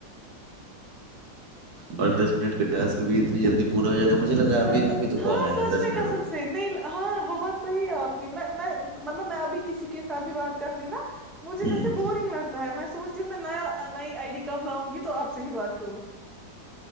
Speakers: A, on the right (about 60°); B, in the centre.
A: اور دس منٹ کا ٹاسک بھی اتنی جلدی پورا ہو جاتا ہے مجھے لگا
B: س
A: ابھی ابھی تو کال
B: ہاں
A: آیا
B: سچ
A: تھا دس
B: میں
A: منٹ
B: کا
A: ہو
B: سم
A: گئے
B: سے نہیں ہاں وہ بات صحیح ہے آپ کی میں مطلب میں آپ بھی کسی کے ساتھ بھی بات کر کرتی ہوں نا مجھے
A: ہوں
B: جیسے بورنگ لگتا ہے میں سوچ نیا نئی آئی ڈی کارڈ لاؤں گی تو آپ سے ہی بات کروں